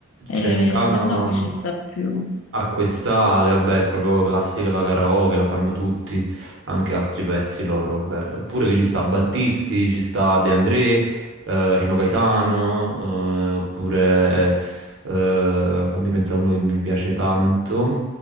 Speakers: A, on the left; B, on the right.
A: E
B: Celentano
A: se no chi ci sta più?
B: ha quest'ale, vabbè, è proprio classica da karaoke, la fanno tutti, anche altri pezzi loro, vabbè. Oppure che ci sta Battisti, ci sta De André, eh, Rino Gaetano, eh, oppure eh, fammi pensare a uno che mi piace tanto.